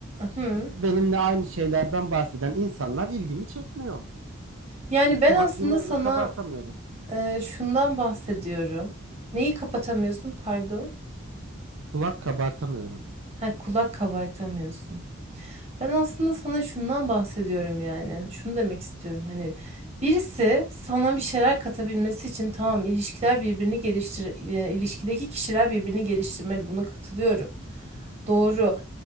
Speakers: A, on the right; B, on the right.
A: hı.
B: benimle aynı şeylerden bahseden insanlar ilgimi çekmiyor.
A: Yani ben
B: Kulak
A: aslında
B: dinler
A: sana
B: ve kabartamıyorum.
A: e, şundan bahsediyorum. Neyi kapatamıyorsun? Pardon.
B: Kulak kabartamıyorum.
A: Ha, kulak kabartamıyorsun. Ben aslında sana şundan bahsediyorum yani. Şunu demek istiyorum. Hani birisi sana bir şeyler katabilmesi için tamam ilişkiler birbirini geliştir e, ilişkideki kişiler birbirini geliştirmeli. Buna katılıyorum. Doğru.